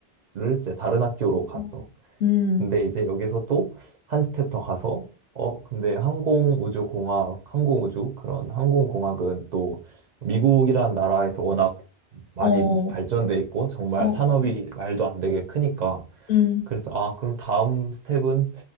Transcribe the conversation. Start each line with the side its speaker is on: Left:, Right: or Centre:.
Right: 이제 다른 학교로 갔어.
Left: 어, 음,
Right: 근데 이제 여기서 또 한 스텝 더 가서 어 근데 항공우주공학 항공우주 그런 항공공학은 또 미국이라는 나라에서 워낙 많이
Left: 어,
Right: 발전돼
Left: 어,
Right: 있고 정말
Left: 어,
Right: 산업이 말도 안 되게 크니까
Left: 음,
Right: 그래서 아 그럼 다음 스텝은